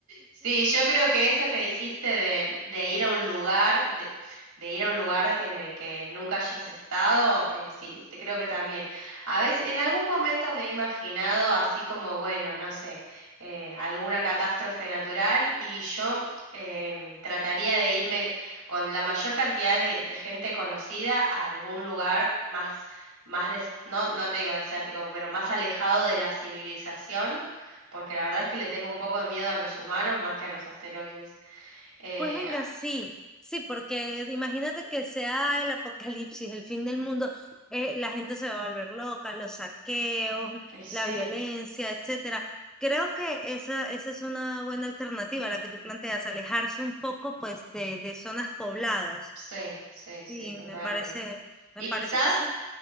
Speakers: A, on the right (about 85°); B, in the centre.
A: Sí, yo creo que eso que dijiste de, de ir a un lugar, de, de ir a un lugar en el que nunca hayas estado, eh, sí, te creo que también. A veces, en algún momento me he imaginado así como, bueno, no sé, eh, alguna catástrofe natural y yo em, trataría de irme con la mayor cantidad de, de gente conocida a algún lugar más, más des- no, no te digo desértico, pero más alejado de la civilización porque la verdad es que le tengo un poco de miedo a los humanos más que a los asteroides. Eh,
B: Pues venga, sí, sí, porque imagínate que sea el apocalipsis, el fin del mundo, eh, la gente se va a volver loca, los saqueos,
A: y sí,
B: la violencia, etcétera. Creo que esa, esa es una buena alternativa, la que tú planteas, alejarse un poco, pues, de, de zonas pobladas.
A: sí, sí, sí,
B: Sí,
A: totalmente.
B: me parece, me
A: Y
B: parece
A: quizás
B: que sí.